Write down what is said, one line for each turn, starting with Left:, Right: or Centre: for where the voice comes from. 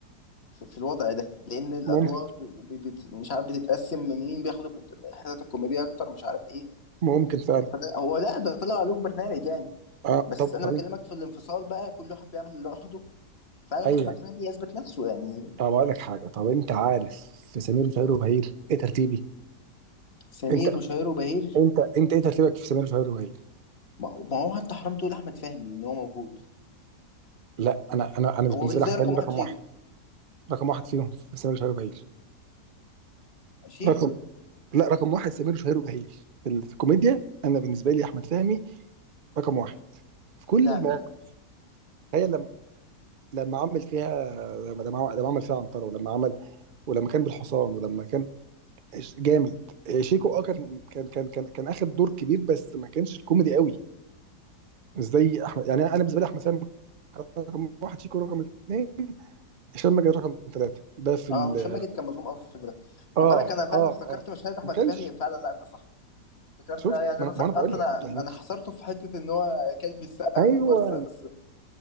Left: في, في الوضع ده لان الادوار
Right: ممكن
Left: ب- ب- بت- مش عارف بتتقسم مين بياخد الحتت الكوميديه اكتر مش عارف ايه
Right: ممكن فعلا
Left: فده هو لا ده طلع له في برنامج يعني
Right: اه
Left: بس
Right: طب طب
Left: انا بكلمك
Right: انت
Left: في الانفصال بقى كل واحد بيعمل اللي لوحده فعلا
Right: ايوه
Left: احمد فهمي اثبت نفسه يعني
Right: طب اقول لك حاجة طب انت عارف في سمير وشهير وبهير ايه ترتيبي؟
Left: سمير
Right: انت
Left: وشهير وبهير
Right: انت انت ايه ترتيبك في سمير وشهير وبهير؟
Left: ما ما هو انت حرام تقول احمد فهمي ان هو موجود
Right: لا انا انا انا بالنسبة
Left: هو بالنسبه
Right: لي حمداني
Left: لي رقم
Right: رقم
Left: واحد شيكو
Right: واحد رقم واحد فيهم في سمير وشهير وبهير
Left: شيكو
Right: رقم لا رقم واحد سمير وشهير وبهير في ال- في الكوميديا انا بالنسبه لي احمد فهمي رقم واحد في كل
Left: لا
Right: المواقف
Left: لا لا
Right: تخيل لما لما عمل فيها لما لما لما عمل فيها عنتره ولما عمل ولما كان بالحصان ولما كان جامد إيه، شيكو اه كان كان كان كان كان اخد دور كبير بس ما كانش الكوميدي قوي مش زي احمد يعني انا بالنسبه لي احمد فهمي رقم واحد شيكو رقم اثنين هشام ماجد رقم ثلاثه ده في
Left: اه
Right: ال
Left: هشام ماجد كان مظلوم قوي في الفيلم ده
Right: اه
Left: خد بالك انا فعلا
Right: اه
Left: افتكرت
Right: اه
Left: مشاهد احمد
Right: ما كانش
Left: فهمي فعلا لا انت صح افتكرت
Right: شفت
Left: اه يعني
Right: ما
Left: انا
Right: انا
Left: سقطت
Right: ما أنا بقول لك
Left: انا
Right: يعني
Left: انا حصرته في حته ان هو كلب السقا
Right: ايوه
Left: كومبارس لا بس